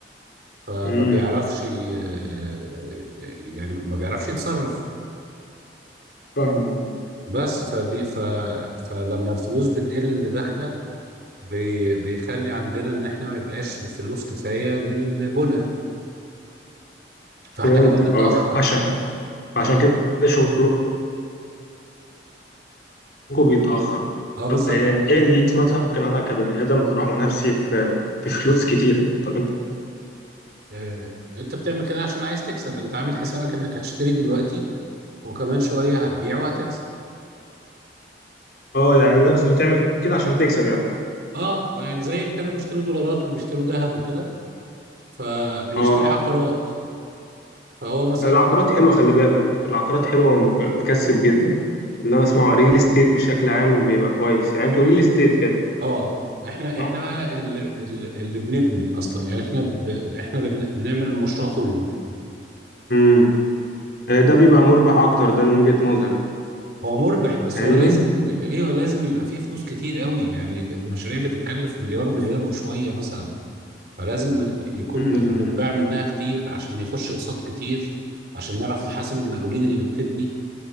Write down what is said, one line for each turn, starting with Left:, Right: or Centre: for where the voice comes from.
Right: فما
Left: امم
Right: بيعرفش ي- آه، يعني ما بيعرفش يتصرف
Left: فاهمك اه
Right: بس فدي ف فلما الفلوس بتقل اللي داخله بي بيخلي عندنا ان احنا ما يبقاش الفلوس كفايه للبنى
Left: فهمتك
Right: فاحنا صحيح كمان نتاخر
Left: اه عشان عشان
Right: اه
Left: كده شغلكم بيتاخر
Right: اه بالظبط
Left: طب آه، ايه اللي مثلا ممكن انا كبني ادم اروح نفسي في في فلوس كتير طب انت
Right: آه. انت بتعمل كده عشان عايز تكسب انت عامل حسابك انك هتشتري دلوقتي وكمان شويه هتبيع وهتكسب
Left: اه يعني الناس بتعمل كده عشان تكسب يعني
Right: اه يعني زي اللي كانوا بيشتروا دولارات وبيشتروا ذهب وكده فبيشتري
Left: اه
Right: عقارات فهو مثلا
Left: العقارات حلوه خلي بالك العقارات حلوه ومك- بتكسب جدا اللي انا اسمعه ريل استيت بشكل عام بيبقى كويس يعني انتوا ريل استيت كده
Right: اه احنا
Left: صح
Right: احنا بقى اللي, اللي اللي بنبني اصلا يعني احنا ب... احنا اللي بن- بنعمل المشروع كله
Left: امم ده بيبقى مربح اكتر ده من وجهة نظري
Right: هو مربح بس
Left: فاهمني
Right: هو لازم ايوه لازم يبقى فيه فلوس كتير قوي يعني المشاريع بتتكلف مليار مليار وشويه مثلا فلازم يكون
Left: مم.
Right: م- متباع منها كتير عشان يخش اقساط كتير عشان نعرف نحاسب المقاولين اللي بتبني